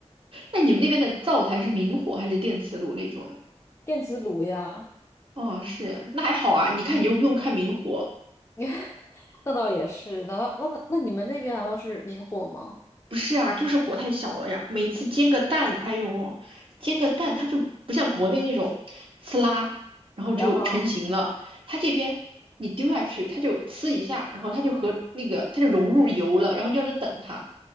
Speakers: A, on the right; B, on the left.
A: 那你们那边的灶台是明火还是电磁炉那种呀？
B: 电磁炉呀。
A: 哦，是呀那还好啊，你看你又不用看明火，
B: <laughs> 那倒也是，难道那那那你们那边难道是明火吗？
A: 不是啊，就是火太小了呀。每次煎个蛋，哎呦，煎个蛋它就不像国内那种呲啦，然后就成型了。
B: 然后
A: 它这边你丢下去，它就呲一下，然后它就和那个它就融入油了，然后你要再等它，